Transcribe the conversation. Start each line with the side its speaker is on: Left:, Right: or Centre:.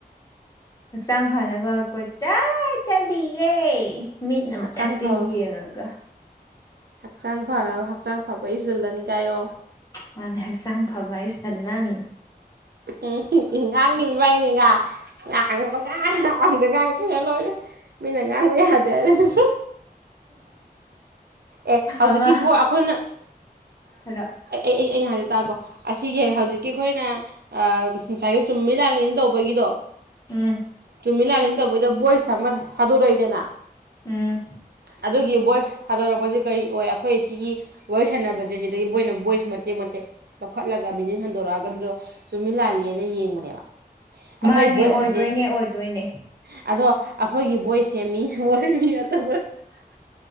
Left: ꯍꯛꯆꯥꯡ ꯐꯔꯅꯕ ꯀꯣꯏꯆꯠ ꯆꯂꯤꯌꯦ ꯃꯤꯠꯅ
Right: ꯍꯛꯆꯥꯡ
Left: ꯃꯊꯛꯇ
Right: ꯐꯕ
Left: ꯌꯦꯡꯉꯒ
Right: ꯍꯛꯆꯥꯡ ꯐꯅꯕ ꯍꯛꯆꯥꯡ ꯐꯕ ꯏꯁꯤꯜꯂꯅꯤ ꯀꯥꯏꯌꯣ
Left: ꯃꯥꯅꯦ ꯍꯛꯆꯥꯡ ꯐꯕ ꯏꯁ ꯁꯂꯟ
Right: ꯑ ꯎ ꯉꯥꯡꯅꯤ ꯏꯕꯥꯅꯤꯅ ꯌꯥꯉꯗ ꯀꯅ ꯃꯤꯅ ꯉꯥꯡꯕ ꯌꯥꯗꯦ ꯑꯗꯨ ꯑꯦ ꯍꯧꯖꯤꯛꯀꯤ
Left: ꯑꯃ
Right: ꯊꯣꯛ ꯑꯩꯈꯣꯏꯅ
Left: ꯍꯥꯏꯔꯣ
Right: ꯑꯩ ꯑꯩꯅ ꯍꯥꯏꯖ ꯇꯣ ꯑꯁꯤꯒꯤ ꯍꯧꯖꯤꯛꯀꯤ ꯑꯩꯈꯣꯏꯅ ꯑ ꯉꯁꯥꯏꯒꯤ ꯆꯨꯝꯃꯤ ꯂꯥꯜꯂꯤꯟ ꯇꯧꯕꯒꯤꯗꯣ
Left: ꯎꯝ
Right: ꯆꯨꯝꯃꯤ ꯂꯥꯂꯟ ꯃꯣꯏꯗ ꯕꯣꯏꯁ ꯑꯃ ꯊꯥꯗꯣꯔꯛꯏꯗꯅ
Left: ꯎꯝ
Right: ꯑꯗꯨꯒꯤ ꯚꯣꯏꯁ ꯊꯗꯣꯔꯛꯄꯁꯦ ꯀꯔꯤ ꯑꯣꯏ ꯑꯩꯈꯣꯏ ꯁꯤꯒꯤ ꯋꯥꯔꯤ ꯁꯥꯟꯅꯕꯁꯦ ꯁꯤꯗꯒꯤ ꯃꯣꯏꯅ ꯚꯣꯏꯁ ꯃꯇꯦꯛ ꯃꯇꯦꯛ ꯂꯧꯈꯠꯂꯒ ꯃꯤꯅꯤ ꯍꯟꯗꯣꯔꯛꯑꯒꯗꯨꯗꯣ ꯆꯨꯝꯃꯤ ꯂꯥꯜꯂꯤꯑꯅ ꯌꯦꯡꯕꯅꯦꯕ ꯑꯩꯈꯣꯏ
Left: ꯃꯥꯅꯦ
Right: ꯚꯣꯏꯁꯀꯁꯦ
Left: ꯑꯣꯏꯗꯣꯏꯅꯦ ꯑꯣꯏꯗꯣꯏꯅꯦ
Right: ꯑꯗꯣ ꯑꯩꯈꯣꯏꯒꯤ ꯕꯣꯏꯁꯦ ꯃꯤ ꯃꯣꯏ ꯃꯤꯇ